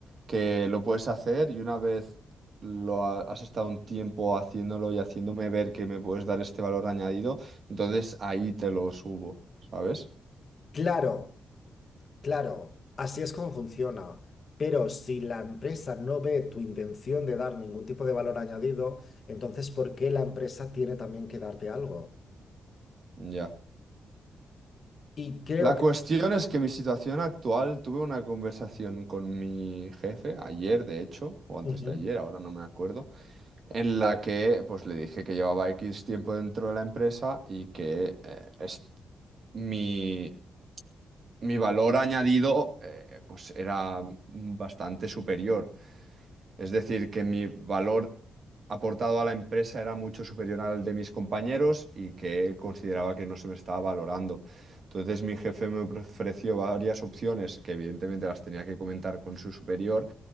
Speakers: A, on the right; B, on the left.
A: que lo puedes hacer y una vez lo ha- has estado un tiempo haciéndolo y haciéndome ver que me puedes dar este valor añadido, entonces ahí te lo subo, ¿sabes?
B: Claro, claro, así es como funciona. Pero si la empresa no ve tu intención de dar ningún tipo de valor añadido, entonces ¿por qué la empresa tiene también que darte algo?
A: Ya.
B: Y creo
A: La
B: que
A: cuestión es que mi situación actual, tuve una conversación con mi jefe ayer, de hecho, o antes
B: Ujú.
A: de ayer, ahora no me acuerdo. en la que pues le dije que llevaba X tiempo dentro de la empresa y que eh, es, mi, mi valor añadido eh, pues era bastante superior. Es decir, que mi valor aportado a la empresa era mucho superior al de mis compañeros y que consideraba que no se me estaba valorando. Entonces mi jefe me ofreció varias opciones que evidentemente las tenía que comentar con su superior